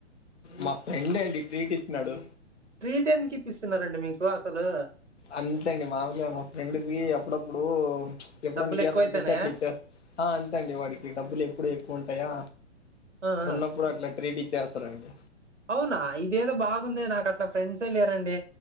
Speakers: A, on the left; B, on the right.
A: మా ఫ్రెండే అండి ట్రీట్ ఇచ్చినాడు
B: ట్రీట్ ఎందుకు ఇప్పిసున్నారండి మీకు అసలు.
A: అంతేండి మామూలుగా మా ఫ్రెండ్ కి అప్పుడప్పుడు ఎప్పుడో
B: డబ్బులు
A: ఇయల్
B: ఎక్కువ
A: అనిపిస్తే
B: అయితాన్నాయా
A: అట్లా ఇచ్చేస్ ఆ అంతే అండి వాడికి డబ్బులు ఎప్పుడ ఎక్కువ ఉంటాయా
B: ఆ ఆ
A: ఉన్నప్పుడు అట్లా ప్రేటి చేస్తారా అండి.
B: అవునా ఇదేదో బాగుందే నాకు అట్లా ఫ్రెండ్స్ ఏ లేరండే.